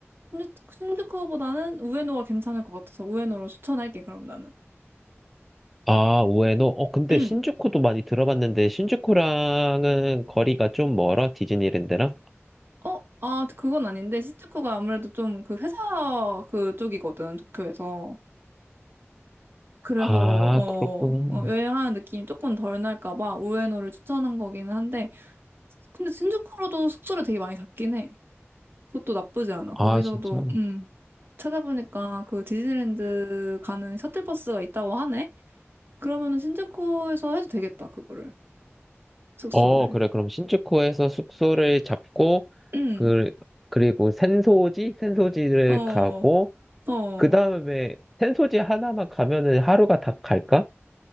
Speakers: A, on the right; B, in the centre.
A: 신주- 신주쿠보다는 우에노가 괜찮을 것 같아서 우에노로 추천할게, 그럼 나는.
B: 아, 우에노? 어, 근데
A: <clears throat>
B: 신주쿠도 많이 들어봤는데, 신주쿠랑은 거리가 좀 멀어? 디즈니랜드랑?
A: 어, 아, 그건 아닌데, 시즈코가 아무래도 좀 그 회사 그쪽이거든, 도쿄에서. 그래서,
B: 아,
A: 어,
B: 그렇구나.
A: 어, 여행하는 느낌이 조금 덜 날까 봐 우에노를 추천한 거기는 한데, 근데 신주쿠로도 숙소를 되게 많이 잡긴 해. 그것도 나쁘지 않아.
B: 아,
A: 거기서도,
B: 진짜.
A: 음, 찾아보니까 그 디즈니랜드 가는 셔틀버스가 있다고 하네? 그러면은 신주쿠에서 해도 되겠다, 그거를. 숙소를.
B: 어, 그래. 그럼 신주쿠에서 숙소를 잡고,
A: 음,
B: 그, 그리고 센소지? 센소지를
A: 어,
B: 가고,
A: 어.
B: 그 다음에 센소지 하나만 가면은 하루가 다 갈까?